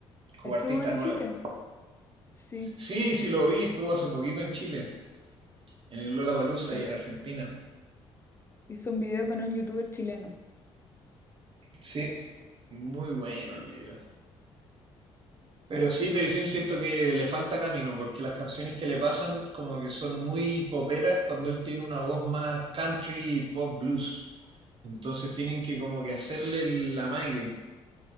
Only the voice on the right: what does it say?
como
artista
nuevo.
Sí, sí lo vi, estuvo hace poquito en Chile, en el Lola Palusa
y
en Argentina.
Sí, muy bueno el video. Pero sí, Teddy Swims siento que le falta camino, porque las canciones que le pasan como que son muy poperas cuando él tiene una voz más country y pop blues. Entonces tienen que como que hacerle el amague.